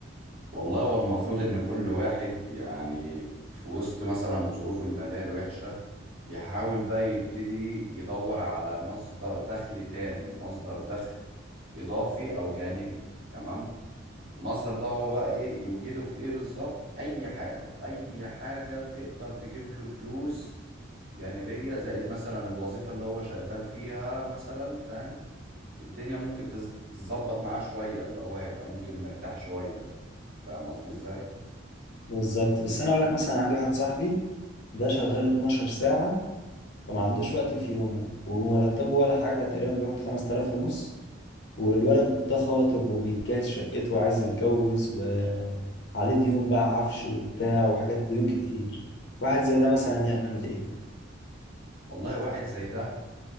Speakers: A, on the right; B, on the left.
A: والله هو المفروض ان كل واحد يعني في وسط مثلا ظروفه المالية الوحشة يحاول بقى يبتدي يدور على مصدر دخل تاني مصدر دخل اضافي او جانبي تمام المصدر ده هو بقى ايه يوجده في ايه بالظبط اي حاجة اي حاجة تقدر تجيب له فلوس جانبية زائد مثلا الوظيفة اللي هو شغال فيها مثلا فاهم الدنيا ممكن تز- تظبط معاه شوية اللي هو هيبقى ممكن مرتاح شوية فاهم قصدي ازاي
B: بالظبط بس انا اقول لك مثلا عندي واحد صاحبي ده شغال 12 ساعة فما عندوش وقت في يومه ومرتبه ولا حاجة تقريبا بياخد 5000 ونص والولد ده خاطب وبيجهز شقته وعايز يتجوز وعليه ديون بقى عفش وبتاع وحاجات ديون كتير واحد زي ده مثلا يعمل ايه
A: والله واحد زي ده